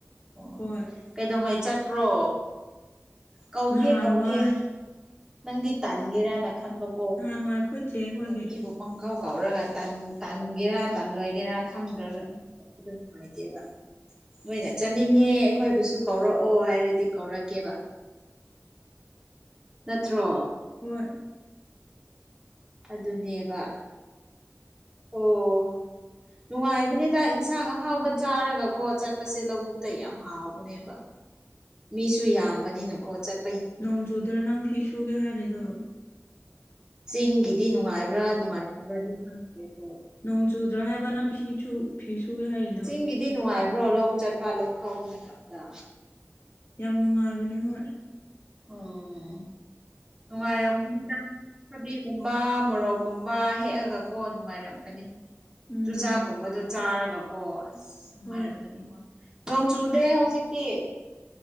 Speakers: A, on the right; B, on the left.
A: ꯑꯣ
B: ꯍꯣꯏ
A: ꯀꯩꯗꯧꯉꯩ ꯆꯠꯄ꯭ꯔꯣ ꯀꯧꯒꯦ
B: ꯅꯍꯥꯟ
A: ꯀꯧꯒꯦ
B: ꯋꯥꯏ
A: ꯅꯪꯗꯤ ꯇꯥꯟꯒꯦꯔꯅ ꯈꯟꯕꯀꯣ
B: ꯅꯨꯍꯥꯟꯋꯥꯏ ꯑꯩꯈꯣꯏꯆꯦ ꯈꯣꯏꯒꯤ
A: ꯃꯤꯕꯨ ꯄꯪꯀꯧ ꯀꯧꯔꯒ ꯇꯟꯒꯦꯔꯥ ꯇꯜꯂꯣꯏꯒꯦꯔꯥ ꯈꯪꯗ꯭ꯔꯒ <unintelligible> ꯅꯨꯡꯉꯥꯏꯇꯦꯕ ꯅꯣꯏꯅ ꯆꯠꯅꯤꯡꯉꯦ ꯑꯩꯈꯣꯏꯕꯨꯁꯨ ꯀꯧꯔꯛꯑꯣ ꯍꯥꯏꯔꯗꯤ ꯀꯧꯔꯛꯀꯦꯕ ꯅꯠꯇ꯭ꯔꯣ
B: ꯍꯣꯏ
A: ꯑꯗꯨꯅꯦꯕ
B: <inaudible>
A: ꯑꯣ ꯅꯨꯡꯉꯥꯏꯕꯅꯤꯗ ꯏꯟꯁꯥꯡ ꯑꯍꯥꯎꯕ ꯆꯥꯔꯒꯀꯣ ꯆꯠꯄꯁꯦ ꯂꯧꯕꯨꯛꯇ ꯌꯥꯝ ꯍꯥꯎꯕꯅꯦꯕ ꯃꯤꯁꯨ ꯌꯥꯝꯕꯅꯤꯅꯀꯣ ꯆꯠ
B: ꯅꯣꯡ ꯆꯨꯗ꯭ꯔꯥ ꯅꯪ ꯐꯤ ꯁꯨꯒꯦ ꯍꯥꯏꯔꯤꯗꯣ
A: ꯆꯤꯡꯒꯤꯗꯤ ꯅꯨꯡꯉꯥꯏꯕ꯭ꯔꯥ ꯅꯨꯡꯉꯥꯏꯇꯕ꯭ꯔꯥꯗꯤ ꯈꯪꯗꯦꯀꯣ
B: ꯅꯣꯡ ꯆꯨꯗ꯭ꯔꯣ ꯍꯥꯏꯕ ꯅꯪ ꯐꯤꯁꯨ ꯐꯤ ꯁꯨꯒꯦ ꯍꯥꯏ
A: ꯆꯤꯡꯒꯤꯗꯤ ꯅꯨꯡꯉꯥꯏꯕ꯭ꯔꯣ ꯂꯧ ꯆꯠꯄ ꯂꯧ ꯈꯥꯎꯕ ꯃꯇꯝꯗ
B: ꯌꯥꯝ ꯅꯨꯡꯉꯥꯏꯕꯅꯦ ꯍꯣꯏ
A: ꯑꯣ ꯅꯨꯡꯉꯥꯏꯔꯒꯅꯤꯗ ꯊꯕꯤꯒꯨꯝꯕ ꯃꯣꯔꯣꯛꯀꯨꯝꯕ ꯍꯦꯛꯑꯒꯀꯣ ꯅꯨꯡꯉꯥꯏꯔꯝꯒꯅꯤ
B: ꯎꯝ
A: ꯆꯨꯖꯥꯛꯀꯨꯝꯕꯗꯣ ꯆꯥꯔꯒꯀꯣ ꯑꯁ ꯅꯨꯡꯉꯥꯏꯔꯝꯒꯅꯤ
B: ꯍꯣꯏ
A: ꯍꯣꯏ ꯅꯣꯡ ꯆꯨꯗꯦ ꯍꯧꯖꯤꯛꯇꯤ